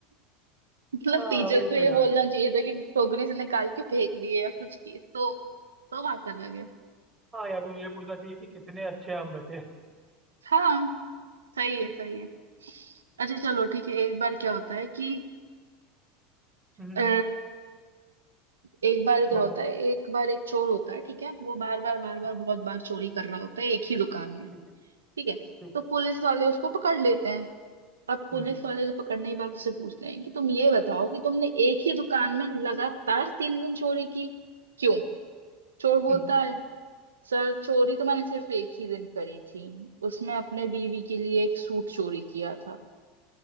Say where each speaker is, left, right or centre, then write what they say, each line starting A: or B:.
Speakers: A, on the right; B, on the right.
A: मतलब
B: हाँ
A: टीचर
B: वही
A: को ये
B: तो यार
A: बोलना चाहिए था कि टोकरी से निकाल के फेंक दिए या कुछ किए तो तो बात अलग है
B: हाँ या तो ये पूछना चाहिए कि कितने अच्छे आम बचे
A: हाँ सही है सही है अच्छा चलो ठीक है एक बार क्या होता है कि
B: हम्म
A: अ, एक बार क्या
B: बोलो
A: होता है एक बार एक चोर होता है ठीक है वो बार बार बार बार
B: हाँ
A: बहुत बार चोरी कर रहा होता है एक ही दुकान में
B: ठीक है
A: ठीक है
B: ठीक
A: तो
B: है
A: पुलिस वाले उसको पकड़ लेते हैं अब पुलिस
B: हम्म
A: वाले से पकड़ने के बाद उससे पूछते हैं कि तुम ये बताओ कि तुमने एक ही दुकान में लगातार तीन दिन चोरी की क्यों चोर बोलता
B: हम्म,
A: है सर चोरी तो मैंने सिर्फ एक ही दिन करी थी उसमें अपने बीवी के लिए एक सूट चोरी किया था